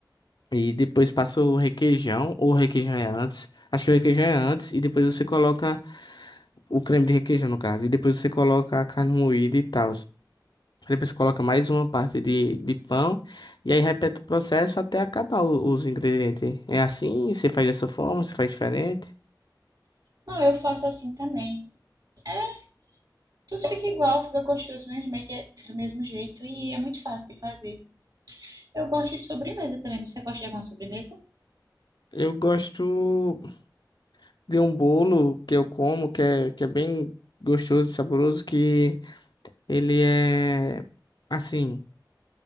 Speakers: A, on the left; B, on the right.
A: E depois passa o requeijão, ou o requeijão é antes. Acho que o requeijão é antes. E depois você coloca o creme de requeijão, no caso. E depois você coloca a carne moída e tal. Aí você coloca mais uma parte de, de pão e aí repete o processo até acabar o- os ingredientes. É assim? Você faz dessa forma? Você faz diferente?
B: Não, eu faço assim também. É, tudo fica igual, fica gostoso mesmo, é que é do mesmo jeito e é muito fácil de fazer. Eu gosto de sobremesa também. Você gosta de alguma sobremesa?
A: Eu gosto de um bolo que eu como, que é, que é bem gostoso, e saboroso, que ele é assim,